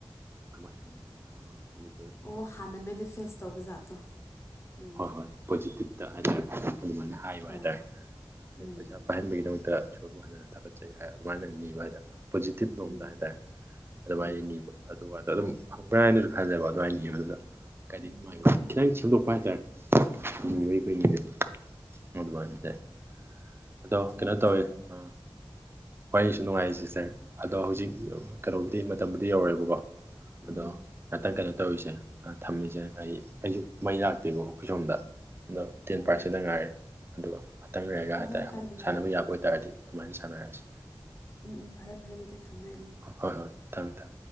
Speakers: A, on the right (about 25°); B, on the left (about 30°).
A: ꯀꯃꯥꯏ ꯍꯥꯏꯅꯤ ꯑꯥ ꯃꯅꯤ
B: ꯑꯣ ꯍꯥꯟꯅ ꯃꯦꯅꯤꯐꯦꯁ ꯇꯧꯕ ꯖꯥꯠꯇꯣ ꯎꯝ
A: ꯍꯣꯏ ꯍꯣꯏ ꯄꯣꯖꯤꯇꯤꯞꯇ ꯍꯥꯏꯇꯥꯔꯦ ꯑꯗꯨꯃꯥꯏꯅ ꯍꯥꯏꯕ
B: ꯍꯣꯏ
A: ꯍꯥꯏꯇꯥꯔꯦ
B: ꯎꯝ
A: ꯑꯩ ꯄꯩꯁꯥ ꯄꯥꯏꯍꯟꯕꯒꯤꯗꯃꯛꯇ ꯏꯁꯣꯔꯕꯨ ꯍꯟꯅ ꯍꯟꯅ ꯊꯥꯒꯠꯆꯩ ꯍꯥꯏ ꯑꯗꯨꯃꯥꯏꯅ ꯅꯤꯕ ꯍꯥꯏꯅ ꯄꯣꯖꯤꯇꯤꯕ
B: ꯎꯝ
A: ꯂꯣꯝꯗ ꯍꯥꯏꯇꯥꯔꯦ ꯑꯗꯨꯃꯥꯏꯅ
B: ꯎꯝ
A: ꯅꯤꯕ ꯑꯗꯨꯗꯣ ꯑꯗꯨꯝ ꯐꯪꯕ꯭ꯔꯥ ꯍꯥꯏꯅꯁꯨ ꯈꯟꯖꯕ ꯑꯗꯨꯃꯥꯏꯅꯤ ꯌꯦꯕ ꯑꯗꯨꯗ ꯍꯥꯏꯗꯤ
B: ꯎꯝ
A: ꯃꯥꯒꯤ ꯈꯤꯇꯪ ꯁꯦꯝꯗꯣꯛꯄ ꯍꯥꯏꯇꯥꯔꯦ
B: ꯍꯣꯏ
A: ꯚꯔꯤ ꯀꯅꯤꯕ ꯃꯗꯨꯅ ꯆꯥꯏ ꯑꯗꯣ
B: ꯆꯨꯝꯃꯦ
A: ꯀꯩꯅꯣ ꯇꯧꯋꯤ
B: ꯆꯨꯝꯃꯦ
A: ꯑ
B: <inaudible>
A: ꯋꯥꯔꯤꯁꯨ ꯅꯨꯡꯉꯥꯏꯦꯇꯔ ꯑꯗꯣ ꯍꯧꯖꯤꯛ ꯀꯩꯅꯣꯕꯨꯗꯤ ꯃꯇꯝꯕꯨꯗꯤ ꯌꯧꯔꯦꯕꯀꯣ
B: ꯎꯝ
A: ꯑꯗꯣ ꯉꯥꯛꯇꯪ ꯀꯩꯅꯣ ꯇꯧꯔꯤꯁꯦ ꯊꯝꯃꯤꯖꯦ ꯑꯩ ꯑꯩꯁꯨ ꯃꯩ ꯂꯥꯛꯇꯦꯕ ꯑꯩꯈꯣꯏ ꯁꯣꯝꯗ ꯑꯗꯣ ꯇꯦꯟ
B: ꯑꯣ
A: ꯄꯥꯔꯁꯦꯟꯗ
B: ꯑꯣ
A: ꯉꯥꯏꯔꯦ ꯑꯗꯨꯒ ꯑꯇꯪ ꯂꯩꯔꯒ
B: ꯍꯣꯏ
A: ꯍꯥꯏꯇꯥꯔꯦ
B: ꯍꯣꯏ
A: ꯑꯃꯨꯛ
B: ꯀꯥꯏꯗꯦ
A: ꯁꯥꯟꯅꯕ
B: ꯀꯥꯏꯗꯦ
A: ꯌꯥꯕ ꯑꯣꯏꯕꯇꯥꯔꯗꯤ ꯑꯗꯨꯃꯥꯏꯅ ꯁꯥꯟꯅꯔꯁꯤ
B: ꯎꯝ ꯎꯝ ꯐꯔꯦ ꯐꯔꯦ ꯑꯗꯨꯗꯤ ꯊꯝꯃꯦ ꯑꯥ
A: ꯍꯣꯏ ꯍꯣꯏ ꯊꯝꯃꯦ ꯊꯝꯃꯦ